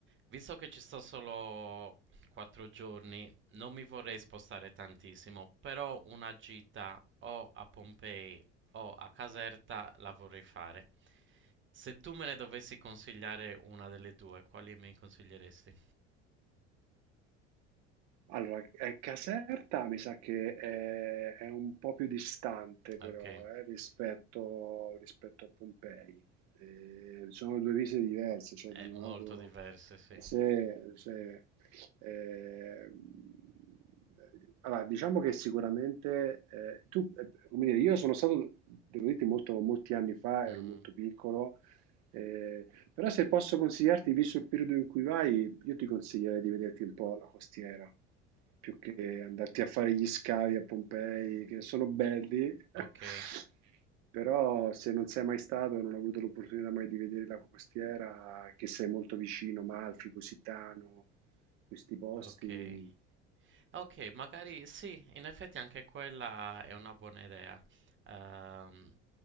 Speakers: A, on the right; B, on the right.
A: visto che ci sto solo quattro giorni, non mi vorrei spostare tantissimo, però una gita o a Pompei o a Caserta la vorrei fare. Se tu me ne dovessi consigliare una delle due, quali mi consiglieresti?
B: Allora, ehm, Caserta mi sa che è è un po' più distante però,
A: Ok,
B: eh, rispetto rispetto a Pompei. Ehm, sono 2 visite diverse, cioè
A: è
B: da un
A: molto
B: lato
A: diverse, sì.
B: se se, ehm, allora diciamo che sicuramente, ehm, tu ehm, come dire, io sono stato, devo dirti molto molti anni fa,
A: Mhm.
B: ero molto piccolo, eh, però se posso consigliarti, visto il periodo in cui vai, io ti consiglierei di vederti un po' la costiera, più che andarti a fare gli scavi a Pompei, che sono belli, <laughs>
A: Ok,
B: però se non sei mai stato e non hai avuto l'opportunità mai di vedere la costiera, che sei molto vicino, Malfi, Positano, questi posti,
A: ok. Ok, magari sì, in effetti anche quella è una buona idea. Ehm,